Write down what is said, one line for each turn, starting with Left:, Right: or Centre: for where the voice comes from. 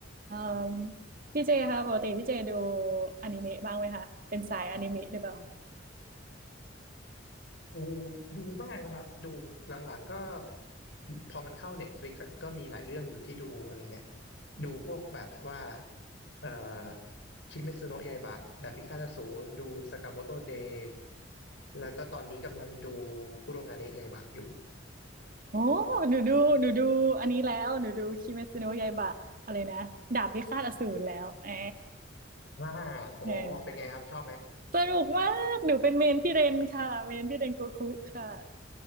Right: เอ่มพี่เจคะปกติพี่เจดูอนิเมะบ้างไหมคะเป็นสายอนิเมะหรือเปล่า
Left: ดูดูบ้างนะครับดูหลังๆก็พอมันเข้า Netflix อะก็มีหลายเรื่องอยู่ที่ดูอะไรเงี้ยดูพวกแบบว่าเอ่อคิเมซุโนะยาอิบะดาบพิฆาตอสูรดูสากาโมโตเดย์แล้วก็ตอนนี้กำลังดูคุโรงาเนะยาอิบะอยู่
Right: โอ้หนูดูหนูดูอันนี้แล้วหนูดูคิเมซิโนะยาอิบะอะไรนะดาบพิฆาตอสูรแล้วแอะ
Left: อ่าอ๋อเป็นไงครับชอบไหม
Right: แอะสนุกมากหนูเป็นเมนพี่เรนค่ะเมนพี่เรนโกคุค่ะ